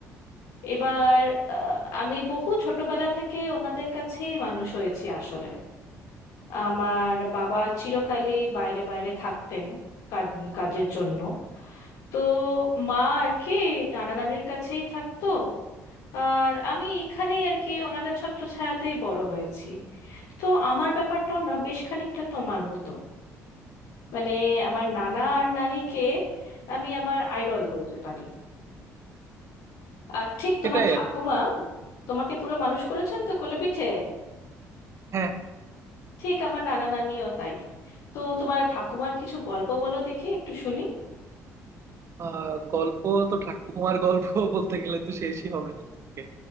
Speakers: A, on the left (about 80°); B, on the right (about 45°).
A: এবার আহ, আমি বহু ছোটবেলা থেকে ওনাদের কাছেই মানুষ হয়েছি আসলে আমার বাবা চিরকালই বাইরে বাইরে থাকতেন কাজ- কাজের জন্য তো মা আর কি নানা নানির কাছেই থাকতো আর আমি এখানেই আর কি ওনাদের ছত্রছায়াতেই বড় হয়েছি তো আমার ব্যাপারটাও না বেশ খানিকটা তোমার মতো মানে আমার নানা আর নানিকে আমি আমার আইডল বলতে পারি আর ঠিক তোমার
B: সেটাই
A: ঠাকুমা
B: আর কি।
A: তোমাকে পুরো মানুষ করেছেন তো কোলে পিঠে
B: হ্যাঁ হ্যাঁ
A: ঠিক আমার নানা নানিও তাই তো তোমার ঠাকুমার কিছু গল্প বলো দেখি একটু শুনি
B: আহ গল্প তো ঠাকুমার গল্প <laughs> বলতে গেলে তো শেষই হবে না আজকে